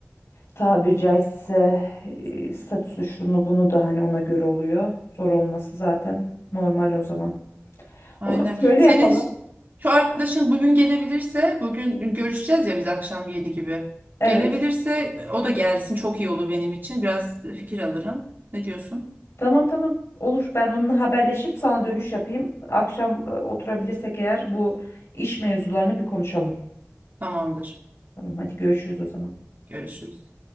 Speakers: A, on the left; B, on the right.
A: tabiri caizse e, statüsü şunu bunu da hani ona göre oluyor. Zor olması zaten normal o zaman.
B: Aynen.
A: O zaman şöyle
B: Senin
A: yapalım.
B: ş- şu arkadaşın bugün gelebilirse, bugün görüşeceğiz ya biz akşam 7 gibi.
A: Evet.
B: Gelebilirse o da gelsin çok iyi olur benim için. Biraz fikir alırım. Ne diyorsun?
A: Tamam tamam olur. Ben onunla haberleşip sana dönüş yapayım. Akşam e, oturabilirsek eğer bu iş mevzularını bir konuşalım.
B: Tamamdır.
A: Tamam hadi görüşürüz o zaman.
B: Görüşürüz.